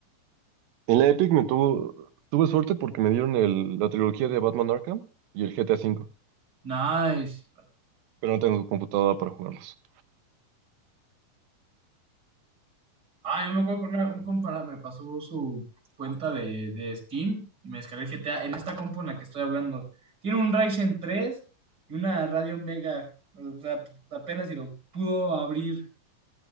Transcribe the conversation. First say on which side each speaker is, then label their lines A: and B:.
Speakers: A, on the right; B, on the right.
A: En la Epic me tuvo, tuve suerte porque me dieron el- la trilogía de Batman Arkham y el GTA V,
B: Nice.
A: pero no tengo computadora para jugarlos.
B: Ah, yo me acuerdo que una- un compa me pasó su cuenta de, de Steam y me descargué el GTA en esta compu en la que estoy hablando. Tiene un Ryzen tres y una Radeon Vega. O sea, apenas si lo pudo abrir.